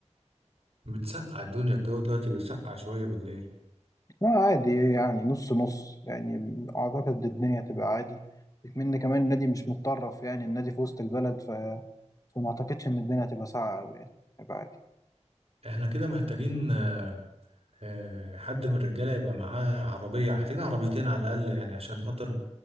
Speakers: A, on the right; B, on the left.
A: بتسقع الدنيا الجو دلوقتي بيسقع شوية بالليل
B: لا عادي يعني نص نص يعني أعتقد الدنيا تبقى عادي من كمان النادي مش متطرف يعني النادي في وسط البلد ف... فما أعتقدش إن الدنيا هتبقى ساقعة أوي يعني هيبقى عادي
A: احنا كده محتاجين آه، آه، حد من الرجالة يبقى معاه عربية محتاجين عربيتين على الأقل يعني عشان خاطر